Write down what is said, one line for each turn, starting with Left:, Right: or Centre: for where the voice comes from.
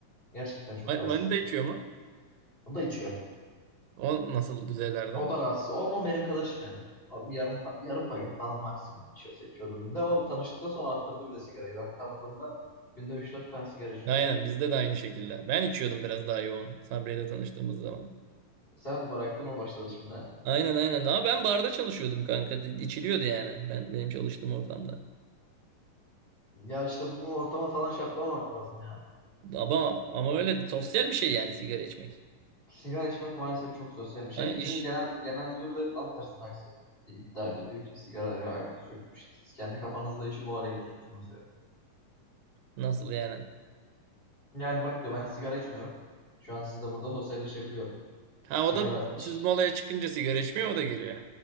Left: Gerçekten çok
Right: Man-
Left: rahatsız.
Right: Manita içiyor mu?
Left: O da içiyor.
Right: O nasıl düzeylerde?
Left: O da rahatsız. O ama benim kadar içmiyor. Abi Yarım pa- yarım paket falan maksimum içiyorsa içiyordur günde. O tanıştıktan sonra arttırdı bile sigarayı. Ben tanıdığımda günde üç dört tane sigara içiyordu
Right: Aynen
Left: yani.
Right: bizde de aynı şekilde. Ben içiyordum biraz daha yoğun Sabriye ile tanıştığımız zaman.
Left: Sen bıraktın o başladı şimdi. ha.
Right: Aynen aynen. Ama ben barda çalışıyordum kanka. İçiliyordu yani. Ben benim çalıştığım ortamda.
Left: Ya işte bunu ortama falan şartlamamak lazım
Right: Ama ama öyle sosyal bir şey yani sigara içmek.
Left: Sigara içmek maalesef çok sosyal bir şey.
Right: Yani
Left: Bizim
Right: iş,
Left: genel genel müdür de tam tersine aksi iddia ediyor. Diyor ki sigara ile alakası yok bir şey. Siz kendi kafanızda işi bu hale getiriyorsunuz diyor.
Right: Nasıl yani?
Left: Yani bak diyor ben sigara içmiyorum. Şu an sizle burada sosyalleşebiliyorum.
Right: Ha
Left: Sigara
Right: o da
Left: iç.
Right: siz molaya çıkınca sigara içmiyor o da geliyor.